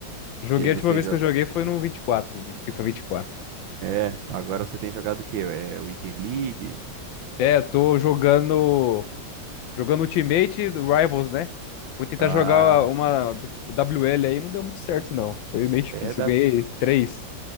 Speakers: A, on the left (about 80°); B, on the right (about 80°).
A: joguei
B: Que aí você
A: a última vez
B: joga.
A: que eu joguei foi no 24, o FIFA 24.
B: É, agora você tem jogado o quê? É Weekend League?
A: É, eu tô jogando, jogando Ultimate do Rivals, né? Fui tentar
B: Ah,
A: jogar uma, o WL aí, não deu muito certo não. Foi meio difícil,
B: é
A: eu ganhei três.